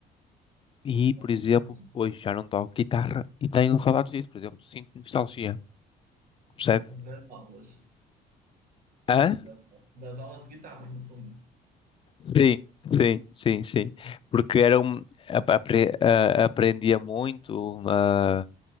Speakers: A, on the left; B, on the right.
A: e,
B: Talvez-
A: por exemplo,
B: não.
A: hoje já não toco guitarra e tenho saudades disso, por exemplo. Sinto nostalgia, percebe?
B: Das aulas,
A: Hã?
B: das, das aulas de guitarra, no fundo.
A: Sim, sim, sim, sim. Porque era um, ap- apre- ah, aprendia muito ah,